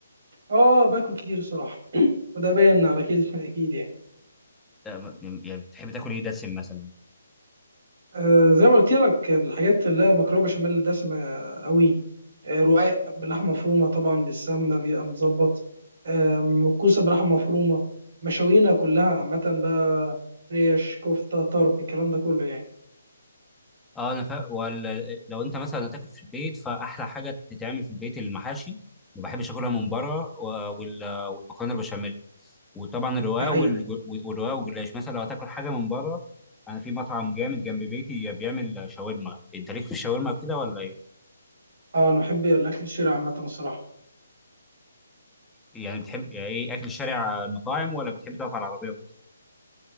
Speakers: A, on the right; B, in the centre.
A: اه باكل كتير الصراحه وده باين على كيزي <laughs> اكيد يعني
B: اه، يعني بتحب تاكل ايه دسم مثلا
A: آه زي ما قلت لك الحاجات اللي هي مكرونه بشاميل دسمه قوي آه رقاق بلحمه مفرومه طبعا بالسمنه بيبقى متظبط آم، الكوسه بلحمه مفرومه مشاوينا كلها عامه بقى ريش كفته طرب الكلام ده كله يعني
B: اه انا فا... ولا لو انت مثلا هتاكل في البيت فاحلى حاجه تتعمل في البيت المحاشي ما بحبش اكلها من بره و... وال... والمكرونه البشاميل وطبعا الرقاق
A: ده حقيقي
B: والج... والرقاق والجلاش مثلا لو هتاكل حاجه من بره انا في مطعم جامد جنب بيتي بيعمل شاورما انت ليك في الشاورما كده ولا ايه
A: اه انا بحب الاكل الشرقي عامه الصراحه
B: يعني بتحب يعني ايه اكل الشارع المطاعم ولا بتحب تقف على العربيه وكده